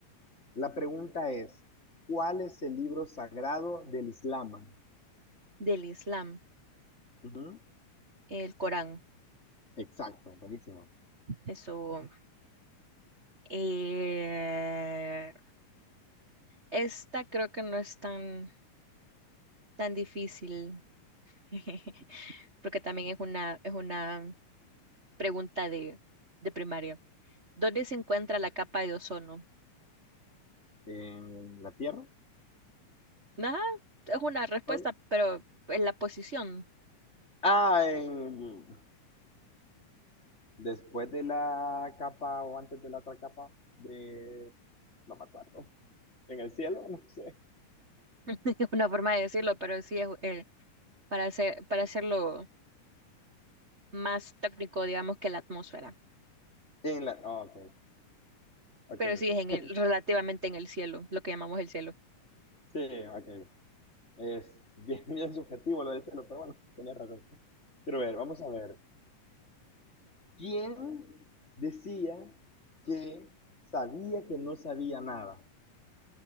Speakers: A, on the left (about 20°); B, on the right (about 60°).
A: La pregunta es, ¿cuál es el libro sagrado del Islam?
B: del Islam,
A: Ujú,
B: el Corán.
A: Exacto, buenísimo.
B: Eso. eh, esta creo que no es tan, tan difícil, <laughs> porque también es una, es una pregunta de, de primaria. ¿Dónde se encuentra la capa de ozono?
A: ¿En la tierra?
B: Ajá, es una respuesta,
A: Sorry.
B: pero en la posición.
A: Ah, en... después de la capa o antes de la otra capa de... No me acuerdo. ¿En el cielo? <laughs> No sé.
B: <laughs> Es una forma de decirlo, pero sí es eh, para hacer, para hacerlo más técnico, digamos, que la atmósfera.
A: En la... ah, ok, ok,
B: Pero
A: ok.
B: sí es en el, relativamente en el cielo, lo que llamamos el cielo.
A: Sí, ok. Es bien, <laughs> bien subjetivo lo del chelo, pero bueno, tienes razón. Quiero ver, vamos a ver. ¿Quién decía que sabía que no sabía nada?